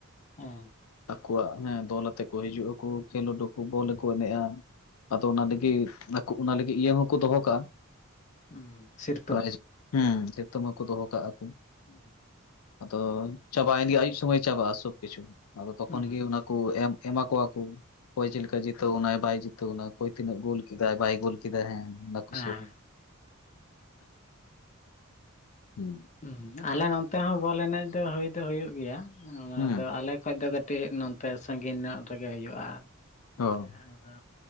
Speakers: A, on the left (about 35°); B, on the left (about 85°).
A: ᱦᱮᱸ᱾
B: ᱟᱠᱚᱣᱟᱜ ᱦᱮᱸ ᱫᱚᱞ ᱟᱛᱮ ᱠᱚ ᱦᱤᱡᱩᱜ ᱟᱠᱩ ᱠᱷᱮᱞᱳᱰ ᱟᱠᱩ ᱵᱚᱞ ᱠᱚ ᱮᱱᱮᱡ-ᱟ, ᱟᱫᱚ ᱚᱱᱟ ᱞᱟᱹᱜᱤᱫ ᱚᱱᱟ ᱞᱟᱹᱜᱤᱫ ᱤᱭᱟᱹ ᱦᱚᱸᱠᱚ ᱫᱚᱦᱚ ᱠᱟᱜ-ᱟ?
A: ᱩᱸ ᱥᱤᱨ
B: ᱯᱨᱟᱭᱤᱡ ᱦᱩᱸ ᱛᱮᱛᱚ ᱢᱟᱠᱚ ᱫᱚᱦᱚ ᱠᱟᱜ-ᱟ ᱠᱩ
A: ᱦᱩᱸ᱾
B: ᱟᱫᱚ ᱪᱟᱵᱟᱭᱮᱱ ᱜᱮ ᱟᱭᱩᱵ ᱥᱚᱢᱚᱭ ᱪᱟᱵᱟᱜ-ᱟ ᱥᱚᱵ ᱠᱤᱪᱷᱩ, ᱟᱫᱚ ᱛᱚᱠᱷᱚᱱ
A: ᱦᱮᱸ
B: ᱜᱮ ᱚᱱᱟ ᱠᱩ ᱮᱢ ᱮᱢᱟ ᱠᱚᱣᱟ ᱠᱩ ᱚᱠᱚᱭ ᱪᱮᱫ ᱞᱮᱠᱟ ᱡᱤᱛᱟᱹ ᱣᱮᱱᱟᱭ ᱵᱟᱭ ᱡᱤᱛᱟᱹ ᱣᱮᱱᱟ ᱚᱠᱚᱭ ᱛᱤᱱᱟᱹᱜ ᱜᱳᱞ ᱠᱮᱫᱟᱭ ᱵᱟᱭ ᱜᱳᱞ ᱠᱮᱫᱟ ᱦᱮᱸ ᱵᱟᱠᱩ
A: ᱦᱮᱸ
B: <unintelligible>
A: ᱦᱩᱸ ᱟᱞᱮ ᱱᱚᱛᱮ ᱦᱚᱸ ᱵᱚᱞ ᱮᱱᱮᱡ ᱫᱚ ᱦᱩᱭ ᱫᱚ ᱦᱩᱭᱩᱜ ᱜᱮᱭᱟ, ᱟᱢᱟᱫᱚ
B: ᱦᱩᱸ
A: ᱟᱞᱮ ᱠᱷᱚᱡ ᱫᱚ ᱠᱟᱹᱴᱤᱡ ᱱᱚᱛᱮ ᱥᱟᱺᱜᱤᱧ ᱧᱚᱜ ᱨᱮᱜᱮ ᱦᱩᱭᱩᱜ-ᱟ᱾
B: ᱚ᱾
A: ᱟᱫᱚ